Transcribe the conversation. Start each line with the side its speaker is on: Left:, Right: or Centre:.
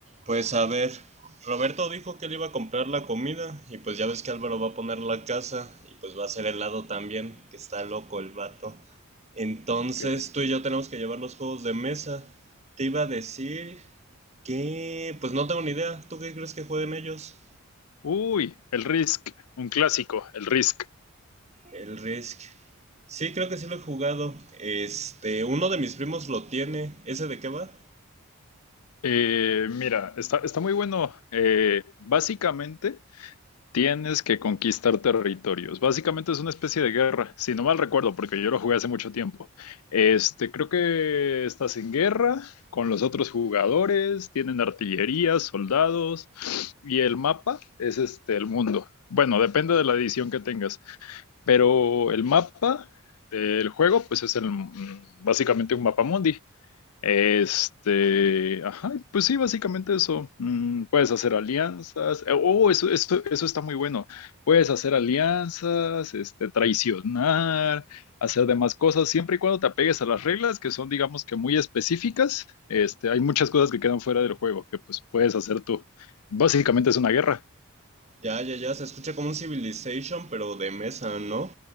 Right: Pues a ver, Roberto dijo que él iba a comprar la comida y pues ya ves que Álvaro va a poner la casa y pues va a hacer helado también, que está loco el vato. Entonces
Left: Ok.
Right: tú y yo tenemos que llevar los juegos de mesa. Te iba a decir que... Pues no tengo ni idea, ¿tú qué crees que jueguen ellos?
Left: Uy, el Risk, un clásico, el Risk.
Right: El Risk. Sí, creo que sí lo he jugado. Este, uno de mis primos lo tiene. ¿Ese de qué va?
Left: Eh, mira, está, está muy bueno. Eh, básicamente tienes que conquistar territorios. Básicamente es una especie de guerra, si no mal recuerdo, porque yo lo jugué hace mucho tiempo. Este, creo que estás en guerra con los otros jugadores, tienen artillería, soldados, y el mapa es este, el mundo. Bueno, depende de la edición que tengas. Pero el mapa del juego, pues es el, mm, básicamente un mapa mundi. Este, ajá, pues sí, básicamente eso. Mm, puedes hacer alianzas. eh, Oh, eso, eso, eso está muy bueno. Puedes hacer alianzas, este, traicionar, hacer demás cosas, siempre y cuando te apegues a las reglas que son, digamos que muy específicas. Este, hay muchas cosas que quedan fuera del juego que pues puedes hacer tú. Básicamente es una guerra.
Right: Ya, ya, ya, se escucha como un Civilization, pero de mesa, ¿no?